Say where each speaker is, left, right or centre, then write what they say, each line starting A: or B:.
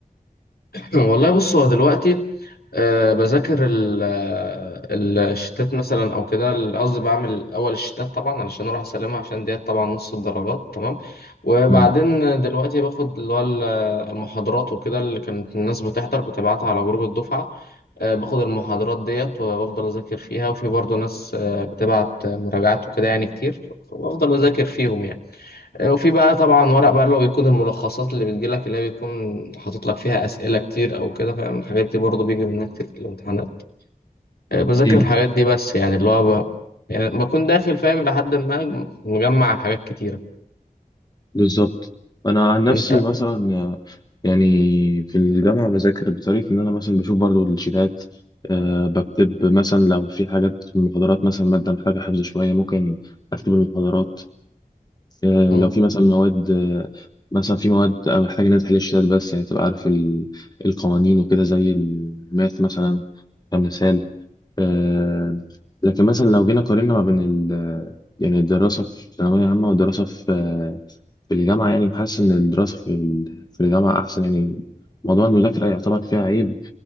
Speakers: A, on the left; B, on the left.
A: والله بص هو دلوقتي آه بذاكر ال- آه، الشتات مثلا او كده ال- قصدي بعمل الاول الشتات طبعا علشان اروح اسلمها عشان ديت طبعا نص الدرجات تمام وبعدين
B: امم
A: دلوقتي باخد اللي هو ال- المحاضرات وكده اللي كانت الناس بتحضر بتبعتها على جروب الدفعة آه باخد المحاضرات ديت وبفضل اذاكر فيها وفي برضه ناس آه بتبعت مراجعات وكده يعني كتير فبفضل اذاكر فيهم يعني آه، وفي بقى طبعا ورق بقى اللي هو بيكون الملخصات اللي بتجيلك اللي هي بيكون حاطط لك فيها أسئلة كتير أو كده فاهم الحاجات دي برضه بيجي منها كتير في الامتحانات آه، بذاكر
B: امم
A: الحاجات دي بس يعني اللي هو ب- يعني بكون داخل فاهم لحد ما مجمع حاجات كتيرة
B: بالظبط انا عن نفسي
A: أنت
B: مثلا آه، يعني في الجامعة بذاكر بطريقة ان انا مثلا بشوف برضو الشيتات أه بكتب مثلا لو في حاجات في المحاضرات مثلا مادة محتاجة حفظ شوية ممكن أكتب المحاضرات آه،
A: مم.
B: لو في مثلا مواد آه، مثلا في مواد أنا محتاج إن أنا تحل الشتات بس يعني تبقى عارف ال- القوانين وكده زي الماث مثلا كمثال آه، لكن مثلا لو جينا قارنا ما بين ال يعني الدراسة في ثانوية عامة والدراسة في آه، في الجامعة يعني بحس إن الدراسة في ال- في الجامعة أحسن يعني موضوع المذاكرة يعتبر فيها عيب